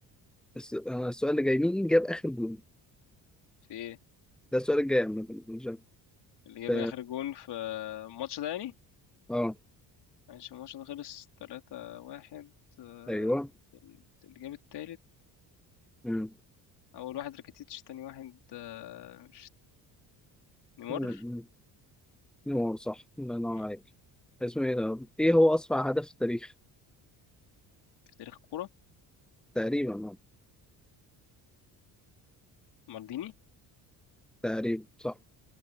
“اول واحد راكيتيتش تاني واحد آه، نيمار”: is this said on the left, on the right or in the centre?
Left